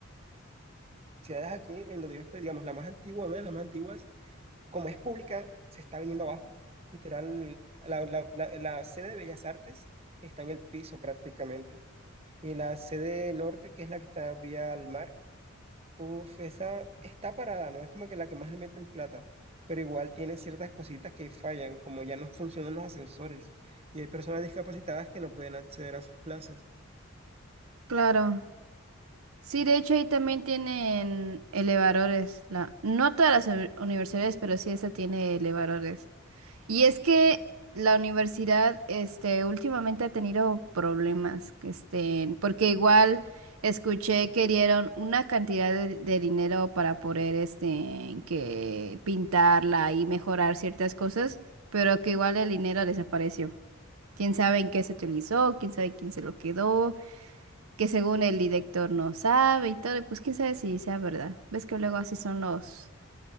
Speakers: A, on the right; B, on the right.
A: universidades aquí en donde yo estoy, digamos, la más antigua, una de las más antiguas, como es pública, se está viniendo abajo. Literal, la, la, la- la sede de Bellas Artes está en el piso prácticamente. Y la sede norte, que es la que está vía al mar, uff, esa está parada, ¿no? Es como que la que más le meten plata. Pero igual tiene ciertas cositas que fallan, como ya no funcionan los ascensores. Y hay personas discapacitadas que no pueden acceder a sus clases.
B: claro. Sí, de hecho ahí también tienen elevadores. La, no todas las uni- universidades, pero sí esta tiene elevadores. Y es que la universidad, este, últimamente ha tenido problemas, este, porque igual escuché que dieron una cantidad de, de dinero para poder, este, que pintarla y mejorar ciertas cosas, pero que igual el dinero desapareció. Quién sabe en qué se utilizó, quién sabe quién se lo quedó, que según el director no sabe y todo, y pues quién sabe si sea verdad. Ves que luego así son los